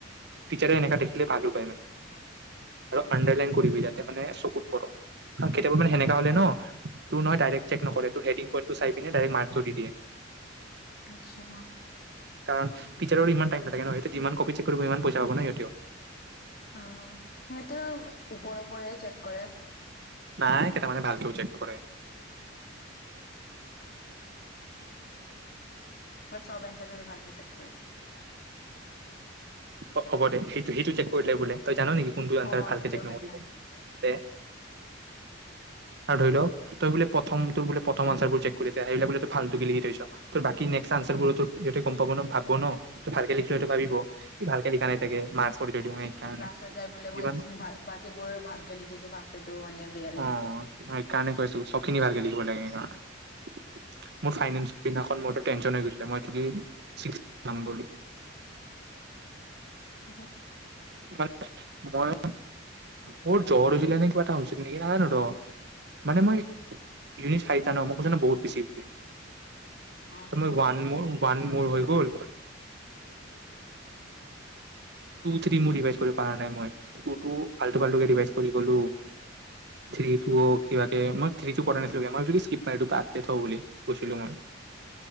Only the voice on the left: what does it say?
আচ্ছা।
উম সিহঁতেও ওপৰৰ পৰাহে চেক কৰে।
ইয়াত চব এনঞ্চাৰ ধৰি ভালকে চেক কৰে।
অ
সেইটোও
হয় না
লাষ্টত যাই বোলে মই বাকীবোৰ ভালকে লিখিছো ফাৰ্ষ্টৰটো মানে বেয়া লিখিকে
নহয়
অ